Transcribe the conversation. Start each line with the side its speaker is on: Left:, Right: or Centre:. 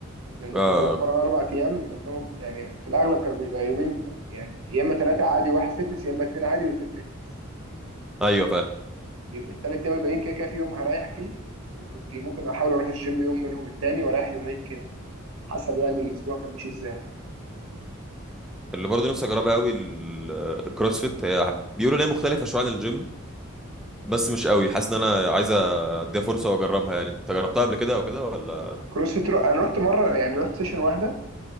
Right: لأن
Centre: اه
Right: كنت بتمرن أربع أيام منهم يعني في الأغلب كانوا بيبقى يومين يعني يا إما ثلاثة عادي واحد فيتنس يا إما اتنين عادي واتنين فيتنس
Centre: ايوه فاهم
Right: فالتلات أيام الباقيين كده كده في يوم هريح فيه وكنت ممكن أحاول أروح الجيم يوم منهم التاني وأريح يومين كده حسب يعني الأسبوع كان ماشي إزاي
Centre: اللي برضه نفسي اجربها قوي ال- الكروسفيت هي بيقولوا ان هي مختلفه شويه عن الجيم بس مش قوي حاسس ان انا عايز اديها فرصه واجربها يعني انت جربتها قبل كده او كده ولا
Right: كروسفيت رو... أنا رحت مرة يعني رحت سيشن واحدة